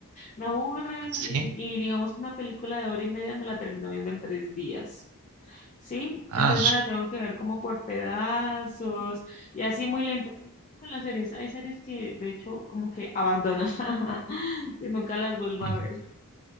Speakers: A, on the left (about 30°); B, on the right (about 80°).
A: Me aburren
B: así.
A: y, y digamos que una película de hora y media me la termino viendo en tres días, ¿sí?
B: Ah,
A: Entonces me la tengo que ver como por pedazos y así muy lenta. Y lo mismo con las series. Hay series que de hecho como que abandono, <laughs> que nunca las vuelvo
B: Ujú.
A: a ver.